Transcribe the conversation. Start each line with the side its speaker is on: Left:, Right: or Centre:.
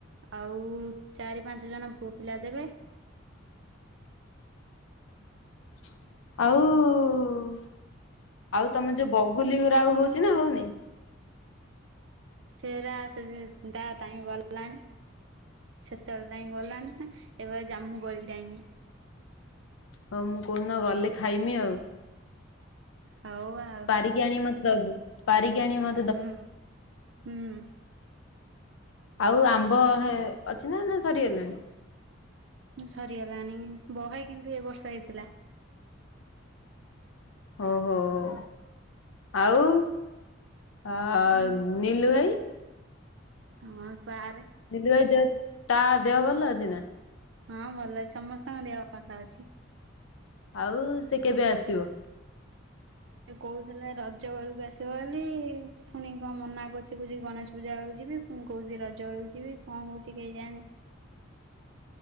Right: ଆଉ ଚାରି ପାଞ୍ଚ ଜଣ ପୁଅ ପିଲା ଦେବେ।
Left: ଆଉ-ଉ-ଉ-ଉ-ଉ ଆଉ ତମେ ଯୋଉ ବଗୁଲି ଗୁରା ଆଉ ହଉଛି ନା ହଉନି?
Right: ସେରା ସେ ଦା ଟାଇମ୍ ଗଲାଣି ସେତେବେଳେ ଟାଇମ୍ ଗଲାଣି ନା। ଏବେ ଜାମୁଁ କୋଳି ଟାଇମ୍।
Left: ହଉ ମୁଁ କଉ ଦିନ ଗଲେ ଖାଇମି ଆଉ।
Right: ହଉ ଆ।
Left: ପାରିକି ଆଣି ମତେ ଦବୁ ପାରିକି ଆଣି ମ
Right: ହୁଁ ହୁଁ।
Left: ଆଉ ଆମ୍ବ ହେ ଅଛି ନା ନା ସରିଗଲାଣି?
Right: ସରିଗଲାଣି ବହେ କିନ୍ତୁ ଏ ବର୍ଷ ହେଇଥିଲା।
Left: ହଉ ହଉ ହୋ ଆଉ ଆ-ଆ-ଆ
Right: ଆଉ
Left: ନିଲୁ ଭାଇ
Right: ହଁ ସାର୍
Left: ନିଲୁ ଭାଇ ଦେହ ତା ଦେହ ଭଲ ଅଛି ନା?
Right: ହଁ ଭଲ ଅଛି ସମସ୍ତଙ୍କ ଦେହ ଭଲ ଅଛି।
Left: ଆଉ-ଉ-ଉ ସେ କେବେ ଆସିବ?
Right: ସେ କହୁଥିଲା ରଜ ବେଳକୁ ଆସିବ ବୋଲି-ଇ-ଇ ପୁଣି କଣ ମନା କରୁଛି କହୁଛି ଗଣେଶ ପୂଜା ବେଳକୁ ଯିବି। ପୁଣି କହୁଛି ରଜବେଳ କୁ ଯିବି କଣ ହଉଛି କେଜାଣି?